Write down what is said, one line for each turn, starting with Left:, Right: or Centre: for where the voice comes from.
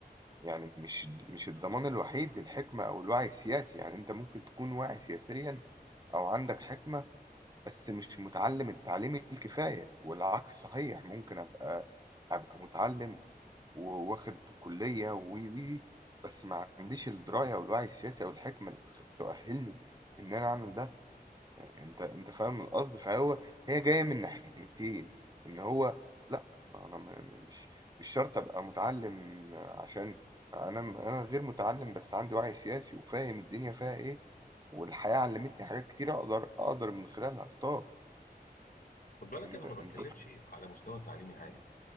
Right: يعني مش مش الضمان الوحيد للحكمة أو الوعي السياسي، يعني أنت ممكن تكون واعي سياسيًا أو عندك حكمة، بس مش متعلّم التعليم الكفاية والعكس صحيح، ممكن أبقى أبقى متعلّم وواخد كلية و و و بس ما عنديش الدراية أو الوعي السياسي أو الحكمة اللي تخ- تؤهلني إن أنا أعمل ده أنت أنت فاهم القصد فهو هي جاية من ناحيتين إن هو لأ ما أنا ما- ما- مش مش شرط أبقى متعلم عشان أنا أنا غير متعلم بس عندي وعي سياسي وفاهم الدنيا فيها إيه والحياة علمتني حاجات كتير أقدر أقدر من خلالها أختار
Left: خد بالك
Right: أنت
Left: انا ما
Right: أنت
Left: بتكلمش على مستوى تعليمي عالي